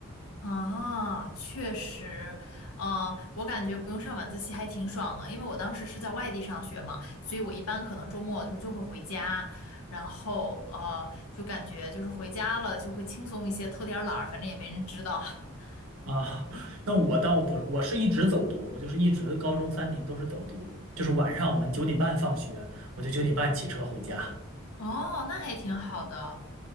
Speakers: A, on the left (about 80°); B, on the right (about 70°).
A: 啊，确实，嗯、我感觉不用上晚自习还挺爽的，因为我当时是在外地上学嘛，所以我一般可能周末就就会回家，然后呃，就感觉就是回家了就会轻松一些，偷点儿懒儿，反正也没人知道。<laughs>
B: 啊。<laughs> 那我倒不，我是一直走读，我就是一直高中三年都是走读，就是晚上我们九点半放学，我就九点半骑车回家。
A: 哦，那还挺好的。